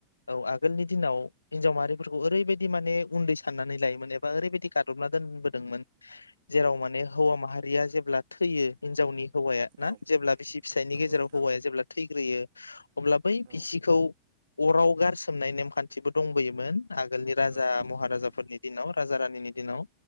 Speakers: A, on the left; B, on the right.
A: औ आगोलनि दिनाव हिनजाव माहारिफोरखौ ओरैबायदि माने उन्दै साननानै लायोमोन एबा ओरैबायदि गादबना दोनबोदोंमोन जेराव माने हौवा माहारिया जेब्ला थैयो हिनजावनि हौवाया ना
B: औ
A: जेब्ला बिसि फिसायनि
B: नंगौ
A: गेजेराव
B: नोंथां
A: हौवाया जेब्ला थैग्रोयो अब्ला बै
B: औ
A: बिसिखौ अराव गारसोमनाय नेमखान्थिबो दंबोयोमोन आगोलनि राजा
B: औ नंगौ
A: महाराजाफोरनि
B: नोंथां
A: दिनाव राजा रा नि दिनाव।